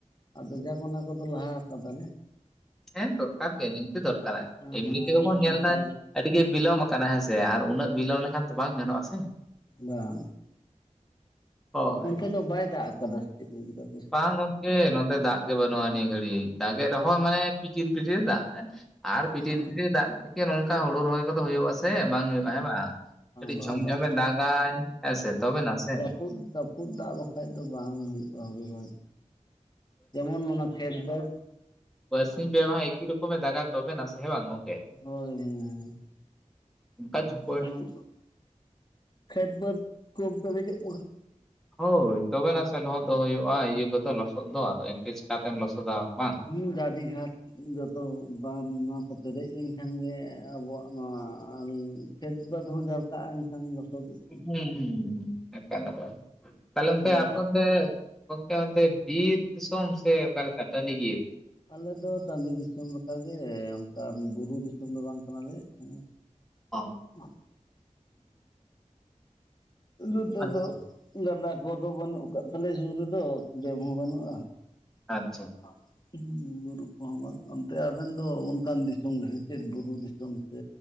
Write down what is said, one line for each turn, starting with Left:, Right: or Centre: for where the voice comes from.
Left: ᱟᱫᱚ ᱡᱟᱠ ᱚᱱᱟ ᱠᱚ ᱫᱚ ᱞᱟᱦᱟ ᱟᱠᱟᱫᱟᱞᱮ᱾
Centre: ᱦᱮᱸ ᱫᱚᱨᱠᱟᱨ ᱜᱮ ᱮᱢᱱᱤ ᱛᱮ ᱫᱚᱨᱠᱟᱨᱟ
Left: ᱦᱮᱸ
Centre: ᱮᱢᱱᱤ ᱛᱮ
Left: ᱟᱫᱚ
Centre: ᱵᱚᱱ ᱧᱮᱞ
Left: ᱚᱱᱠᱟ
Centre: ᱫᱟ ᱟᱹᱰᱤ ᱜᱮ ᱵᱤᱞᱚᱢ ᱠᱟᱱᱟ ᱦᱮᱸ ᱥᱮ ᱟᱨ ᱩᱱᱟᱹᱜ ᱵᱤᱞᱚᱢ ᱞᱮᱠᱷᱟᱱ ᱛᱚ ᱵᱟᱝ ᱜᱟᱱᱚᱜᱼᱟ ᱥᱮ᱾
Left: ᱵᱟᱝ
Centre: ᱦᱳᱭ
Left: ᱚᱱᱛᱮ ᱫᱚ ᱵᱟᱭ ᱫᱟᱜ ᱟᱠᱟᱫᱟ ᱥᱮ ᱪᱮᱫ ᱜᱚᱢᱠᱮ
Centre: ᱵᱟᱝ ᱜᱚᱝᱠᱮ ᱱᱚᱛᱮ ᱫᱟᱜ ᱜᱮ ᱵᱟᱹᱱᱩᱜᱼᱟ ᱱᱤᱭᱟᱹ ᱜᱷᱟᱹᱲᱤᱡ ᱫᱟᱜ ᱮ ᱨᱮᱦᱚᱸ ᱢᱟᱱᱮ ᱯᱤᱴᱤᱨ ᱯᱤᱴᱤᱨ ᱫᱟᱜ ᱫᱟᱭ ᱟᱨ ᱯᱤᱴᱤᱨ
Left: ᱦᱮᱸ
Centre: ᱯᱤᱴᱤᱨ ᱫᱟᱜ ᱛᱮᱠᱤ ᱱᱚᱝᱠᱟ ᱦᱳᱲᱳ ᱨᱚᱦᱚᱭ ᱠᱚᱫᱚ ᱦᱳᱭᱳᱜ ᱟᱥᱮ ᱵᱟᱝ ᱦᱳᱭᱳᱜᱼᱟ ᱦᱮᱸ ᱵᱟᱝ᱾ ᱟᱰᱤ
Left: ᱵᱟᱝ
Centre: ᱡᱷᱚᱢ
Left: ᱵᱟᱝ
Centre: ᱡᱷᱚᱢᱮ ᱫᱟᱜᱟᱭ ᱦᱮᱸ ᱥᱮ ᱛᱚᱵᱮ ᱱᱟᱥᱮ᱾
Left: ᱠᱩᱫ ᱫᱟᱯ ᱯᱩᱫ ᱫᱟᱜ ᱵᱟᱠᱷᱟᱡ ᱫᱚ ᱵᱟᱝ ᱦᱩᱭᱩᱜᱼᱟ ᱦᱩᱲᱩ ᱨᱚᱦᱚᱭ᱾ ᱡᱮᱢᱚᱱ ᱚᱱᱟ ᱠᱮᱴᱵᱚᱴ᱾
Centre: ᱵᱟᱨ ᱥᱤᱧ ᱞᱮ ᱢᱟᱦᱟ ᱚᱠᱤ ᱨᱚᱠᱚᱢᱮ ᱫᱟᱜᱼᱟ ᱛᱚᱵᱮ ᱱᱟᱥᱮ ᱦᱮᱸ ᱵᱟᱝ ᱜᱚᱝᱠᱮ᱾
Left: ᱦᱚᱭ <unintelligible>
Centre: ᱚᱱᱠᱟ ᱡᱷᱩᱯᱟᱹ
Left: ᱡᱮᱢᱚᱱ ᱠᱷᱮᱛ ᱵᱟᱹᱫᱽ ᱠᱚ ᱯᱮᱨᱮᱪᱭᱟᱜᱼᱢᱟ᱾
Centre: ᱦᱚᱭ ᱛᱚᱵᱮ ᱱᱟᱥᱮ ᱞᱚᱦᱚᱫ ᱫᱚ ᱦᱩᱭᱩᱜᱼᱟ ᱤᱭᱟᱹ ᱠᱚ ᱫᱚ ᱞᱚᱥᱚᱫ ᱫᱚ ᱟᱫᱚ ᱤᱱᱠᱟᱹ ᱪᱤᱠᱟ ᱛᱮᱢ ᱞᱚᱥᱚᱫ-ᱟ ᱵᱟᱝ ᱾
Left: ᱦᱩᱸ ᱫᱟᱫᱤ ᱜᱷᱟᱴ᱾ ᱡᱚᱛᱚ ᱵᱟᱱ ᱱᱚᱣᱟ ᱠᱚ ᱯᱮᱨᱮᱡ ᱞᱮᱱᱠᱷᱟᱱ ᱜᱮ ᱟᱵᱚᱣᱟᱜ ᱢᱟ ᱟ. ᱱᱤ ᱠᱷᱮᱛ ᱵᱟᱹᱫᱽ ᱦᱚᱸ ᱡᱟᱨᱠᱟᱜ-ᱟ ᱦᱟᱱᱤ ᱞᱚᱥᱚᱫᱤᱡ᱾
Centre: ᱦᱩᱻ ᱦᱩᱻ ᱮᱠᱟᱞ ᱮᱠᱟᱞ ᱛᱟᱦᱞᱮ ᱜᱚᱝᱠᱮ
Left: ᱦᱩᱸ
Centre: ᱟᱯᱮ ᱚᱱᱛᱮᱼᱼ ᱜᱚᱝᱠᱮ ᱚᱱᱛᱮ ᱵᱤᱨ ᱫᱤᱥᱚᱢ ᱥᱮ ᱚᱠᱟ ᱞᱮᱠᱟ ᱴᱟᱺᱰᱤ ᱜᱮᱭᱟ
Left: ᱟᱞᱮ ᱫᱚ ᱴᱟᱺᱰᱤ ᱫᱤᱥᱚᱢ ᱞᱮᱠᱟ ᱜᱮ ᱚᱱᱠᱟ ᱵᱩᱨᱩ ᱫᱤᱥᱚᱢ ᱫᱚ ᱵᱟᱝ ᱠᱟᱱᱟ ᱞᱮ ᱦᱮᱸ᱾
Centre: ᱚ
Left: <unintelligible> ᱱᱚᱛᱮ
Centre: ᱟᱪᱪᱷᱟ
Left: ᱫᱚ᱾ ᱜᱟᱰᱟ ᱠᱚᱫᱚ ᱵᱟᱹᱱᱩᱜ ᱠᱟᱜ ᱛᱟᱞᱮᱭᱟ ᱥᱩᱨ ᱨᱮᱫᱚ ᱰᱮᱢ ᱦᱚᱸ ᱵᱟᱹᱱᱩᱜᱼᱟ᱾
Centre: ᱟᱪᱪᱷᱟ᱾
Left: <unintelligible> ᱦᱩᱸ ᱵᱩᱨᱩ ᱠᱚᱦᱚᱸ ᱵᱟᱱᱩ ᱟᱱᱛᱮ ᱟᱵᱮᱱ ᱫᱚ ᱚᱱᱠᱟᱱ ᱫᱤᱥᱚᱢ ᱜᱮ ᱥᱮ ᱪᱮᱫ ᱵᱩᱨᱩ ᱫᱤᱥᱚᱢ ᱥᱮᱼᱼ